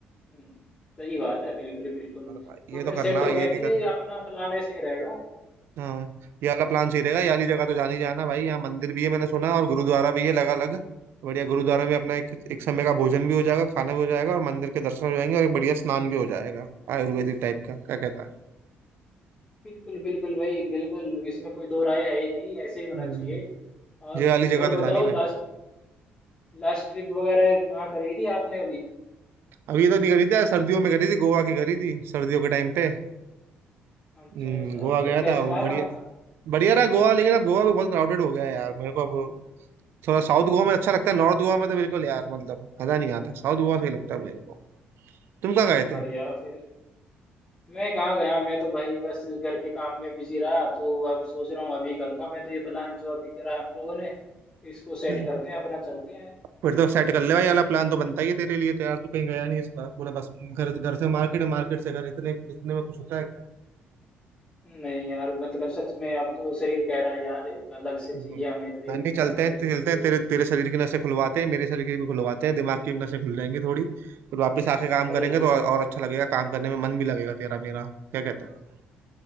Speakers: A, on the left; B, on the right.
A: हम्म, सही बात है बिल्कुल बिल्कुल
B: अरे भाई
A: तो
B: ये
A: फिर
B: तो करना
A: सेट हो
B: ये
A: गए फिर
B: भी करना
A: ये अपना प्लान ऐसे ही रहेगा
B: हाँ ये वाला प्लान सही रहेगा ये वाली जगह तो जान ही जाना भाई यहाँ मंदिर भी है मैंने सुना और गुरुद्वारा भी है लगा अलग बढ़िया गुरुद्वारा में अपना एक एक समय का भोजन भी हो जाएगा खाना भी हो जाएगा और मंदिर के दर्शन हो जाएंगे और एक बढ़िया स्नान भी हो जाएगा आयुर्वेदिक टाइप का क्या कहता है
A: बिल्कुल बिल्कुल भाई बिल्कुल इसमें कोई दो राय है ही नहीं ऐसे ही होना
B: हम्म,
A: चाहिए और
B: ये वाली जगह
A: और
B: तो
A: बताओ
B: जानी भाई
A: लास्ट लास्ट ट्रिप वगैरह कहाँ करी थी आपने अभी
B: अभी तो नहीं करी थी यार, सर्दियों में करी थी गोवा की करी थी सर्दियों के टाइम पे
A: अच्छा
B: हम्म,
A: अच्छा
B: गोवा गया
A: फिर कैसा
B: था वो
A: रहा
B: बढ़िया
A: वहाँ का
B: बढ़िया रहा गोवा लेकिन अब गोवा भी बहुत क्राउडेड हो गया है यार मेरे को अब थोड़ा साउथ गोवा में अच्छा लगता है नॉर्थ गोवा में तो बिल्कुल यार मतलब मजा नहीं आता साउथ गोवा सही लगता है मेरे को तुम कहाँ गए
A: बढ़िया फिर मैं कहाँ गया मैं तो भाई बस घर के काम में बिजी रहा तो अब सोच रहा हूँ अभी करूँगा मैं तो ये प्लान जो अभी करा हम लोगों ने इसको सेट
B: थे
A: करते हैं अपना चलते हैं
B: फिर तो सेट कर ले भाई वाला प्लान तो बनता ही है तेरे लिए तो यार तू कहीं गया नहीं इस बार पूरा बस घर घर से
A: हाँ
B: मार्केट मार्केट से घर इतने इतने में कुछ होता है क्या
A: नहीं यार मतलब सच में अब तो शरीर कह रहा है यार एक अलग से चाहिए
B: हम्म।
A: हमें ट्रिप
B: नहीं चलते
A: अपने
B: हैं
A: खुद
B: चलते
A: को
B: हैं तेरे तेरे शरीर की नसें खुलवाते हैं मेरे शरीर की भी खुलवाते हैं दिमाग की भी नसें खुल जाएंगी थोड़ी फिर वापस
A: ए, सही
B: आके काम करेंगे तो
A: सही
B: और, और अच्छा लगेगा काम करने में मन भी लगेगा तेरा मेरा क्या कहता है